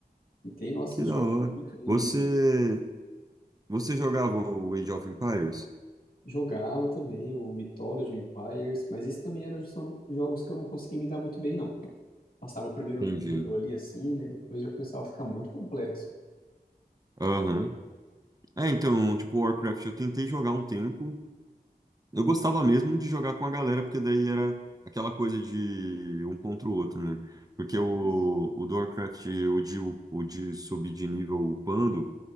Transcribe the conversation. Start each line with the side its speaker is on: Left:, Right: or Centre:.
Left: E tem, nossa,
Right: Que
Left: os
Right: da
Left: jogos
Right: hora.
Left: muito
Right: Você,
Left: difíceis.
Right: você jogava o Age of Empires?
Left: Jogava também o Mythology, o Empires, mas esses também eram só- jogos que eu não conseguia me dar muito bem, não. Passava o primeiro
Right: Entendi.
Left: nível ali assim, daí depois já começava a ficar muito complexo.
Right: Aham. É, então, tipo, Warcraft eu tentei jogar um tempo, Eu gostava mesmo de jogar com a galera, porque daí era aquela coisa de um contra o outro, né? Porque o,
Left: Isso.
Right: o do Warcraft, o de, o de subir de nível upando,